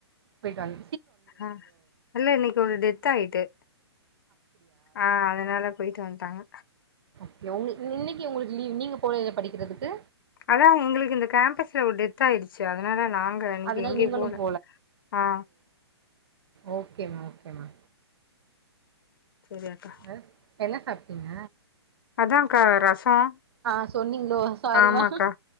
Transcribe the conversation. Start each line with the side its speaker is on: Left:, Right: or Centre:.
Right: போயிட்டு வநு
Left: ஆ இல்ல இன்னைக்கு ஒரு டெத் ஆயிட்டு ஆ அதனால போயிட்டு வந்துட்டாங்க
Right: ஓகே உங்களுக்கு இன்னைக்கு உங்களுக்கு லீவ் நீங்க போலையா படிக்கிறதுக்கு
Left: அதான் உங்களுக்கு இந்த கேம்பஸ்ல ஒட் டெத் ஆயிடுச்சு அதனால நாங்க இன்னைக்கு
Right: அதனால
Left: எங்கேயும்
Right: நீங்களும்
Left: போல ஆ
Right: ஓகேமா ஓகேமா
Left: சரி அக்கா.
Right: அ என்ன சாப்ட்டீங்க
Left: அதான்க்கா ரசம்
Right: ஆ சொன்னீங்களோ சாரிமா
Left: ஆமாக்கா.